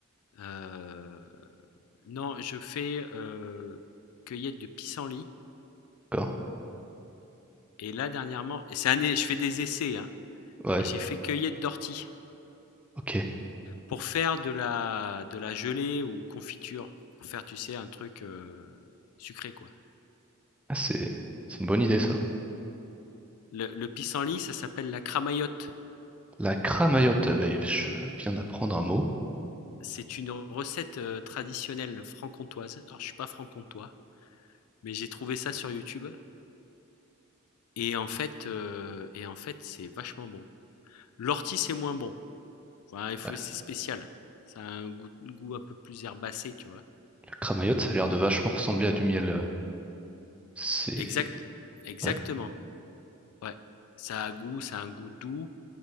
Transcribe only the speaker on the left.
Heu, non, je fais, heu, cueillette de pissenlit
et là dernièrement c'est un é je fais des essais, hein.
Et j'ai fait cueillette d'ortie
pour faire de la, de la gelée ou confiture, pour faire, tu sais, un truc euh, sucré, quoi.
Le, le pissenlit, ça s'appelle la cramaillotte.
C'est une recette euh, traditionnelle franc-comtoise. Alors, je suis pas franc-comtois, mais j'ai trouvé ça sur YouTube. Et en fait, euh, et en fait, c'est vachement bon. L'ortie, c'est moins bon. Enfin, il faut,
c'est spécial. Ça a un goût, goût un peu plus herbacé, tu vois.
Exact, exactement.
Ouais. Ça a un goût, ça a un goût doux.